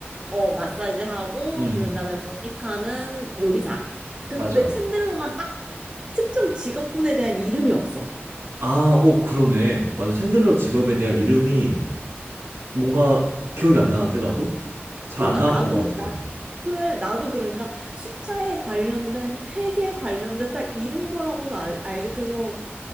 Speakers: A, on the right; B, on the right.
A: 어, 마사지 하고,
B: 음,
A: 그런 다음에 모니카는 요리사. 근데
B: 맞아.
A: 챈들러만 딱 특정 직업군에 대한 이름이 없어.
B: 아, 오, 그러네. 맞아. 챈들러 직업에 대한 이름이 뭔가 기억이 안 나는데, 나도? 잘
A: 그러니까
B: 안 나왔던
A: 나도
B: 것 같아.
A: 나 그래 나도 그러니까 숫자에 관련된 회계에 관련된 딱 이런 거라고는 알, 알지 그래서